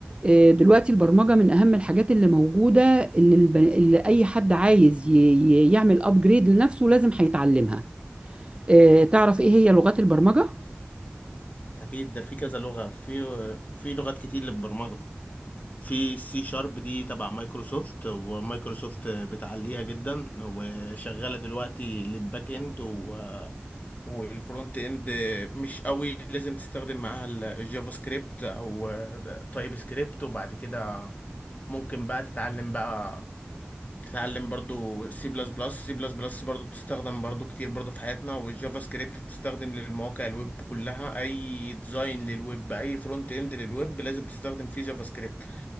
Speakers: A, on the right (about 25°); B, on the left (about 35°).
A: آه، دلوقتي البرمجة من أهم الحاجات اللي موجودة اللي, الب... اللي أي حد عايز ي... ي- يعمل أبجريد لنفسه لازم هيتعلمها آه، تعرف إيه هي لغات البرمجة؟
B: اكيد ده في كذا لغه في في لغات كتير للبرمجه في سي شارب دي تبع مايكروسوفت ومايكروسوفت بتعليها جدا وشغاله دلوقتي للباك اند و... والفرونت اند مش قوي لازم تستخدم معاها ال- الجافا سكريبت او تايب سكريبت وبعد كده ممكن بقى تتعلم بقى تتعلم برضو سي بلس بلس سي بلس بلس برضو بتستخدم برضو كتير برضو في حياتنا والجافا سكريبت بتستخدم للمواقع الويب كلها اي ديزاين للويب اي فرونت اند للويب لازم تستخدم فيه جافا سكريبت